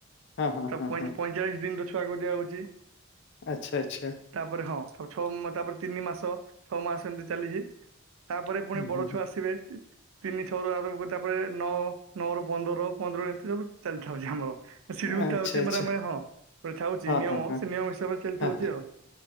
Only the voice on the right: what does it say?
ତ
ପଇଁ
ପଇଁଚାଳିଶ ଦିନ ର ଛୁଆକୁ ଦିଆହଉଚି।
ତାପରେ ହଁ ତାପରେ ଛଅ ତାପରେ ତିନି ମାସ ଛଅ ମାସ ଏମତି ଚାଲିଚି। ତାପରେ ପୁଣି
ବଡ
ଛୁଆ ଆସିବେ। ତିନି ଛଅ ରୁ ଆରମ୍ଭ କରି ତାପରେ ନଅ ନଅ ରୁ ପନ୍ଦର ପନ୍ଦର ଏମତି ସବୁ ଚାଲିଛି ଆମର। ସିଡୁଲ
ଥାଉଚି
ଆମର ଆମେ ହଁ ଗୋଟେ ଥାଉଚି
ନିୟମ
ସେ ନିୟମ ହିସାବରେ ଚାଲିଥାଉଚି
ଆଉ।